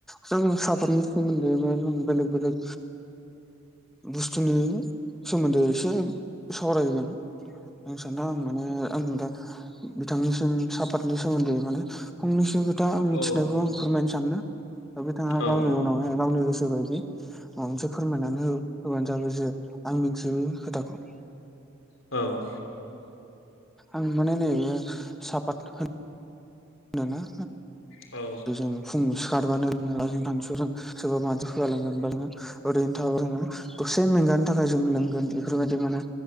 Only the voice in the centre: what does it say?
जों सापादनि सोमोनदै बा बेलेग बेलेग बुसथुनि सोमोनदै एसे सावरायगोन आं सानो आं माने आं दा बिथांनिसिम सापादनि सोमोनदै माने फंनैसो खोथा आं मिथिनायखौ
आं फोरमायनो सानदों दा बिथाङा
गावनि उनावहाय गावनि गोसोबायदि माबा मोनसे फोरमायनानै हो होबानो जाबाय जे आं मिथियै बे खोथाखौ
आं माने नैबे साहापात होन होनोना
जों फुं सिखारबानो <unintelligible> सोरबा मानसिफोरा लिंलांबानो ओरैनो थाब जोङो दसे मेंगानि थाखाय जों लोंगोन एफोरबायदि माने